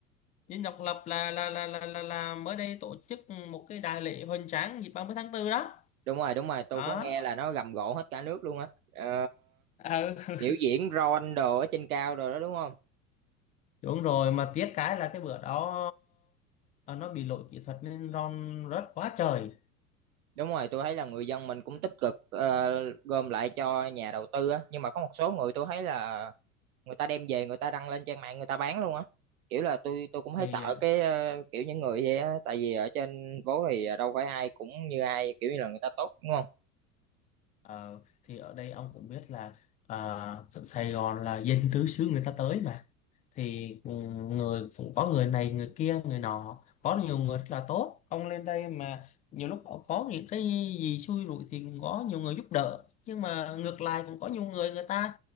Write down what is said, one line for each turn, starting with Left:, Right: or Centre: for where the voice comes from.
Left: Dinh Độc Lập là là là là là, là mới đây tổ chức một cái đại lễ hoành tráng dịp 30 tháng 4 đó.
Right: đúng rồi đúng rồi tôi
Left: Đó.
Right: có nghe là nó rầm rộ hết cả nước luôn á Ờ,
Left: Ừ. <laughs>
Right: biểu diễn ron đồ ở trên cao rồi đó đúng không
Left: Đúng rồi mà tiếc cái là cái bữa đó ờ, nó bị lỗi kỹ thuật nên ron rớt quá trời.
Right: Đúng rồi, tôi thấy là người dân mình cũng tích cực ờ, gom lại cho nhà đầu tư á, nhưng mà có một số người tôi thấy là người ta đem về người ta đăng lên trang mạng người ta bán luôn á. Kiểu là tôi tôi cũng thấy
Left: Thì
Right: sợ cái ờ, kiểu những người vậy á, tại vì ở trên phố thì đâu phải ai cũng như ai, kiểu như là người ta tốt đúng không?
Left: ờ, thì ở đây ông cũng biết là ờ, Sài Gòn là dân tứ xứ người ta tới mà thì ừ, người cũng có người này người kia người nọ có nhiều người rất là tốt ông lên đây mà nhiều lúc có có những cái gì xui rủi thì cũng có nhiều người giúp đỡ nhưng mà ngược lại cũng có nhiều người người ta